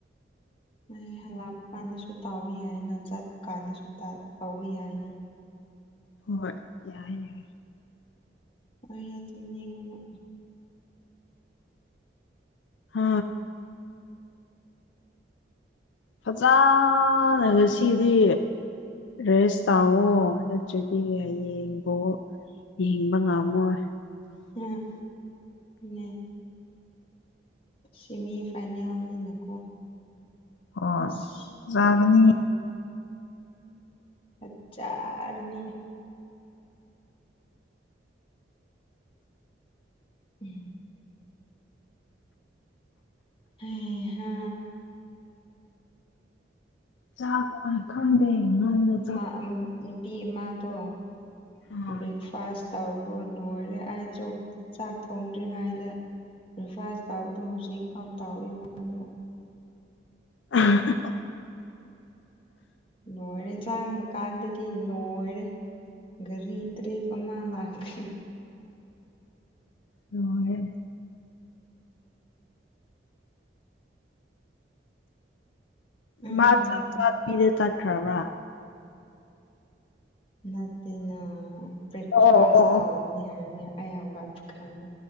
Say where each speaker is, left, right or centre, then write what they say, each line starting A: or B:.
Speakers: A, on the left; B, on the left.
A: ꯑꯦ ꯂꯥꯛꯄ ꯀꯥꯟꯗꯁꯨ ꯇꯥꯎꯕ ꯌꯥꯏꯅ ꯆꯠꯄ ꯀꯥꯟꯗꯁꯨ ꯇꯧꯕ ꯌꯥꯏꯅ
B: ꯍꯣꯏ ꯌꯥꯏ ꯌꯥꯏ
A: ꯑꯩ ꯑꯗꯨꯝ ꯌꯦꯡꯉ
B: ꯑ
A: <inaudible>
B: ꯐꯖꯅꯒ ꯁꯤꯗꯤ ꯔꯦꯁ ꯇꯥꯛꯑꯣ ꯅꯠꯇ꯭ꯔꯗꯤ ꯍꯌꯦꯡꯕꯣ ꯌꯦꯡꯕ ꯉꯝꯃꯣꯏ
A: ꯎꯝ ꯎꯝ ꯁꯤꯃꯤ ꯐꯥꯏꯅꯦꯜ ꯅꯤꯅꯀꯣ
B: ꯍꯣꯏ
A: ꯑꯁ
B: ꯐꯖꯒꯅꯤ
A: ꯅꯨꯡꯉꯥꯏ ꯐꯖꯔꯥ ꯅꯤ ꯎꯝ ꯍꯩ ꯍꯥ
B: ꯆꯥꯛ ꯈꯟꯗꯦ ꯈꯗꯦ
A: ꯃꯥ ꯅꯨꯄꯤ ꯑꯃꯥꯗꯣ
B: ꯑ
A: ꯕ꯭ꯔꯦꯛꯐꯥꯁ ꯇꯧꯔ ꯂꯣꯏꯔꯦ ꯑꯩ ꯆꯣ ꯆꯥꯛ ꯊꯣꯡꯗ꯭ꯔꯤꯉꯩꯗ ꯕ꯭ꯔꯦꯛꯐꯥꯁ ꯇꯥꯎꯕꯗꯣ ꯍꯧꯖꯤꯛꯐꯥꯎ ꯇꯥꯎꯏꯃꯥꯗꯣ
B: ꯑ
A: ꯂꯣꯏꯔꯦ ꯆꯥꯡꯕ ꯀꯥꯟꯗꯗꯤ ꯂꯣꯏꯔꯦ ꯒꯥꯔꯤ ꯇꯔ꯭ꯤꯞ ꯑꯃꯥ ꯂꯥꯛꯈꯔ꯭ꯦ
B: ꯂꯣꯏꯔꯦ
A: ꯎꯝ
B: ꯃꯥ ꯆꯥꯛ ꯆꯥ ꯄꯤꯔꯦ ꯆꯠꯈ꯭ꯔꯕ꯭ꯔꯥ
A: ꯅꯠꯇꯦꯅ ꯕꯔꯦꯛꯐꯥꯥꯁ
B: ꯑꯣ ꯑꯣ
A: ꯇꯧ ꯍꯥꯏꯅꯤ ꯑꯩ ꯍꯧꯒꯠꯄ ꯈꯥꯟꯗ